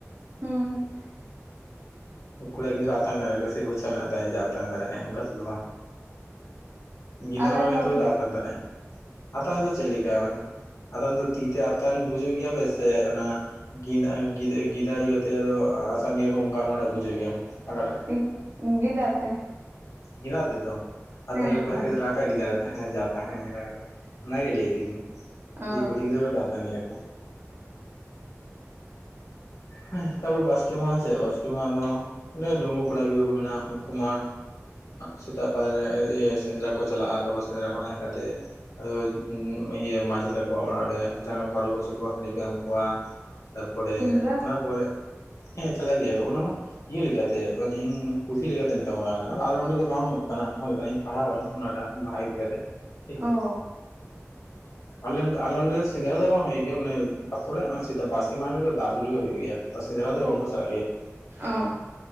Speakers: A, on the right; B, on the left.
A: <unintelligible>
B: ᱠᱚᱲᱟ ᱜᱤᱫᱽᱨᱟᱹ ᱟᱛᱟᱝ ᱫᱟᱲᱮ ᱠᱚᱣᱟ ᱥᱮ ᱜᱟᱪᱷᱟᱣ ᱢᱮᱱᱟᱜ ᱛᱟᱭᱟ ᱡᱮ ᱟᱛᱟᱝ ᱫᱟᱲᱮᱭᱟᱜ ᱟᱭ ᱚᱱᱠᱟ ᱛᱮᱫ ᱵᱟᱝ ᱜᱮᱫᱟᱜ
A: ᱟᱞᱮ
B: ᱦᱚᱨᱚᱜᱟᱭ
A: ᱱᱚ
B: ᱛᱚᱵᱮ ᱫᱚ ᱟᱛᱟᱝ ᱫᱟᱨᱟᱭᱼᱟ ᱟᱛᱟᱝ ᱫᱚ ᱪᱮᱫᱞᱮᱠᱟ ᱟᱛᱟᱝ ᱫᱚ ᱛᱤ ᱛᱮ ᱟᱛᱟᱝ ᱵᱩᱡᱩᱜ ᱜᱮᱭᱟ ᱯᱮ ᱥᱮ ᱚᱱᱟ ᱜᱮᱫᱟᱜ ᱜᱤᱫᱟᱜ ᱜᱤᱫᱟ ᱤᱭᱟᱹ ᱛᱮ ᱟᱫᱚ ᱥᱟᱜᱮ ᱜᱮᱭᱟ ᱠᱚ ᱵᱩᱡᱷᱟᱹᱣ ᱜᱮᱭᱟᱢ ᱦᱟᱸᱱᱟ ᱴᱟᱜ
A: ᱜᱤ ᱜᱮᱸᱫᱟᱜ ᱛᱮ?
B: ᱜᱮᱫᱟᱜ ᱛᱮᱫᱚ ᱟᱫᱚ
A: ᱦᱮᱸ
B: ᱛᱟᱦᱞᱮ ᱠᱚᱲᱟ ᱜᱤᱫᱽᱨᱟᱹ ᱚᱠᱟ ᱨᱮ ᱜᱮᱫᱟᱜ ᱛᱟᱦᱮᱸᱱᱟ ᱡᱟ ᱛᱟᱦᱮᱸ ᱚᱱᱠᱟ ᱠᱟᱛᱮ, ᱚᱱᱟᱜᱮ ᱞᱟᱹᱭᱫᱤᱧ
A: ᱚ
B: ᱡᱮ ᱠᱩᱲᱤ ᱜᱤᱫᱽᱨᱟᱹ ᱠᱚᱫᱚ ᱟᱛᱟᱝ ᱜᱮᱭᱟ ᱠᱚ᱾ ᱦᱮᱸ ᱛᱟᱨᱯᱚᱨ ᱵᱟᱥᱠᱮ ᱢᱟᱦᱟ ᱪᱮᱫ ᱵᱟᱥᱠᱮ ᱢᱟᱦᱟ ᱫᱚ ᱡᱮ ᱰᱩᱸᱜᱩᱣᱟ ᱠᱚᱲᱟ ᱜᱤᱫᱽᱨᱟᱹ ᱠᱚ ᱢᱮᱱᱟᱜ ᱩᱱᱠᱩ ᱢᱟ ᱥᱮᱛᱟᱜ ᱯᱟᱭᱟᱨ ᱨᱮ ᱤᱭᱟᱹ ᱥᱮᱸᱫᱽᱨᱟ ᱠᱚ ᱪᱟᱞᱟᱜᱼᱟ ᱛᱟᱯᱚᱨ ᱥᱮᱸᱫᱽᱨᱟ ᱠᱷᱚᱱ ᱦᱮᱡ ᱠᱟᱛᱮᱜ, ᱟᱫᱚ ᱤᱭᱟᱹ ᱢᱟᱹᱡᱷᱤ ᱛᱟᱠᱚᱣᱟ ᱚᱲᱟᱜ ᱨᱮ ᱡᱟᱸᱜᱟ ᱠᱚ ᱟᱹᱨᱩᱵ ᱦᱚᱪᱚ ᱠᱚᱣᱟ ᱦᱟᱺᱰᱤ ᱠᱚ ᱮᱢ ᱠᱚᱣᱟ᱾ ᱛᱟᱨ ᱯᱚᱨᱮ
A: ᱥᱤᱸᱫᱽᱨᱟᱹ
B: ᱚᱱᱟ ᱯᱚᱨᱮ, ᱦᱮᱸ ᱪᱟᱞᱟᱜ ᱜᱮᱭᱟ ᱠᱚ ᱚᱱᱟ ᱢᱟ ᱤᱭᱟᱹ ᱞᱮᱠᱟ ᱛᱮ ᱢᱟᱱᱮ ᱤᱧ ᱠᱩᱥᱤ ᱞᱮᱠᱟ ᱛᱮ ᱢᱮᱛᱟᱢ ᱠᱟᱱᱟ ᱟᱞᱮ ᱱᱚᱸᱰᱮ ᱫᱚ ᱵᱟᱝ ᱦᱩᱭᱩᱜ ᱠᱟᱱᱟ ᱯᱟᱲᱦᱟᱣ ᱟᱹᱧ ᱚᱱᱟ ᱴᱟᱜ ᱵᱟᱜᱤ ᱤᱫᱤ ᱠᱟᱛᱮᱜ ᱴᱷᱤᱠ ᱜᱮᱭᱟ
A: ᱚ
B: ᱟᱫᱚ ᱟᱞᱮ ᱟᱞᱮ ᱚᱱᱰᱮ ᱥᱮᱸᱫᱽᱨᱟ ᱫᱚ ᱵᱟᱝ ᱦᱩᱭ ᱜᱮᱭᱟ ᱢᱟᱱᱮ ᱛᱟᱯᱚᱨᱮ ᱵᱟᱥᱠᱤ ᱢᱟᱦᱟ ᱦᱤᱞᱚᱜ ᱫᱟᱜ ᱫᱩᱞ ᱫᱩᱞ ᱜᱮ ᱦᱩᱭᱩᱜ ᱜᱮᱭᱟ ᱟᱨ ᱥᱮᱸᱫᱽᱨᱟ ᱫᱚ ᱵᱟᱝ ᱠᱚ ᱪᱟᱞᱟᱜ ᱜᱮᱭᱟ
A: ᱚ